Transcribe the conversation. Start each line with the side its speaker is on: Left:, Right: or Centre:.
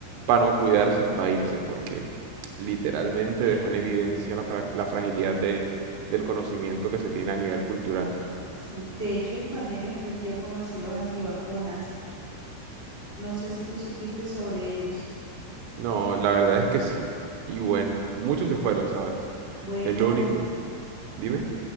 Right: para no cuidarse y para irse, porque literalmente
Left: de,
Right: dejó en evidencia la, fra- la fragilidad de- del conocimiento que se tiene a nivel cultural.
Left: sí, de hecho en pandemia fue que yo conocí los antivacunas. No sé si tú supiste sobre ellos.
Right: No, la verdad es que sí. Y bueno, muchos
Left: Bueno,
Right: se fueron, ¿sabes?
Left: bueno.
Right: Es lo único. Dime.